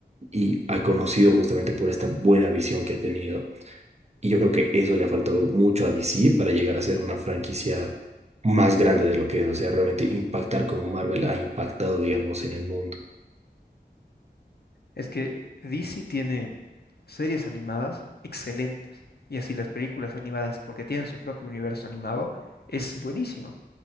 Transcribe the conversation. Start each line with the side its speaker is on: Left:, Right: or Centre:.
Right: y ha conocido justamente por esta buena visión que ha tenido. Y yo creo que eso le ha faltado mucho a DC para llegar a ser una franquicia más grande de lo que es, o sea, realmente impactar como Marvel ha impactado, digamos, en el mundo.
Left: Es que DC tiene series animadas excelentes. Y así las películas animadas, porque tienen su propio universo animado, es buenísimo.